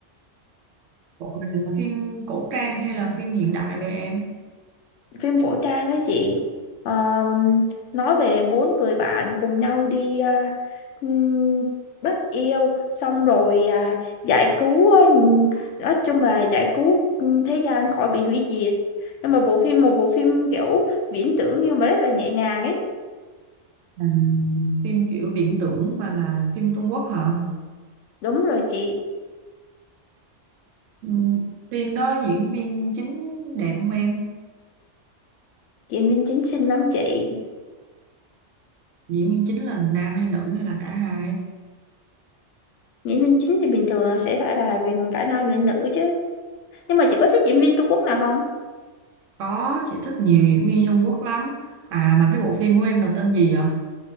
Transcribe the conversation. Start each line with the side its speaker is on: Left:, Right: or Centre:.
Right: Bộ này là phim cổ trang hay là phim hiện đại về em?
Left: phim cổ trang ấy chị Ờm, nói về bốn người bạn cùng nhau đi à, ừm, bắt yêu xong rồi à, giải cứu à, ừm, nói chung là giải cứu ừm, thế gian khỏi bị hủy diệt nhưng mà bộ phim một bộ phim kiểu viễn tưởng nhưng mà rất là nhẹ nhàng ấy
Right: À, phim kiểu viễn tưởng mà là phim Trung Quốc hả?
Left: đúng rồi chị
Right: Ừ, phim đó diễn viên chính đẹp không em?
Left: diễn viên chính xinh lắm chị
Right: Diễn viên chính là nam hay nữ hay là cả hai?
Left: diễn viên chính thì bình thường là sẽ phải là gần cả nam lẫn nữ chứ nhưng mà chị có thích diễn viên Trung Quốc nào không
Right: Có, chị thích nhiều diễn viên Trung Quốc lắm. À mà cái bộ phim của em là tên gì vậy?